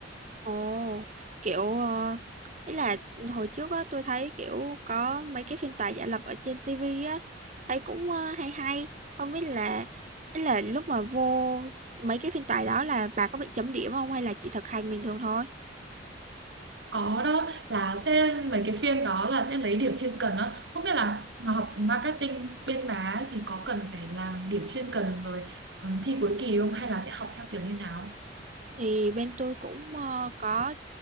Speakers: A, on the right; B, on the right.
A: Ồ, kiểu, ờ, ý là hồi trước á tôi thấy, kiểu, có mấy cái phiên tòa giả lập ở trên ti vi á, thấy cũng, ơ, hay hay, không biết là ý là lúc mà vô mấy cái phiên tòa đó là bà có bị chấm điểm không hay là chỉ thực hành bình thường thôi?
B: Có đó là sẽ mấy cái phiên đó là sẽ lấy điểm chuyên cần đó không biết là học marketing bên má ấy thì có cần phải làm điểm chuyên cần rồi ừ, thi cuối kỳ không hay là sẽ học theo kiểu như nào
A: Thì bên tôi cũng, ơ, có